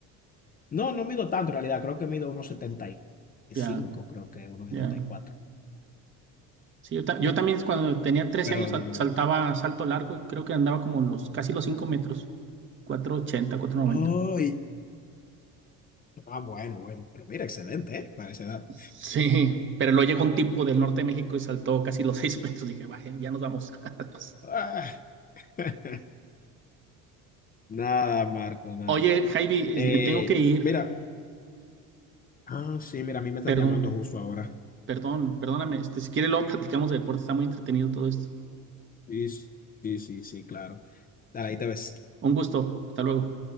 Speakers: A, on the left; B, on the right.
A: No, no mido tanto en realidad, creo que mido unos setenta y
B: Ya,
A: cinco creo que unos
B: ya.
A: setenta y cuatro
B: Sí, yo, ta- yo también cuando tenía 13
A: pero
B: años sal-
A: no, no.
B: saltaba salto largo y creo que andaba como los, casi los 5 metros, 480, 490.
A: Ay, ah, bueno, bueno, pero mira, excelente, ¿eh? Para esa edad.
B: Sí, pero luego llegó un tipo del norte de México y saltó casi los <laughs> 6 metros, dije, vaya, ya nos vamos, <laughs> adiós.
A: Ah, <laughs> nada, Marco, nada.
B: Oye, Javi,
A: Eh,
B: me tengo que ir.
A: mira, ah, sí, mira, a mí me están
B: Perdón,
A: llamando justo ahora.
B: perdón, perdóname. Este, si quiere, luego platicamos de deporte. Está muy entretenido todo esto.
A: Sí, sí, sí, sí, claro. Dale, ahí te ves.
B: Un gusto. Hasta luego.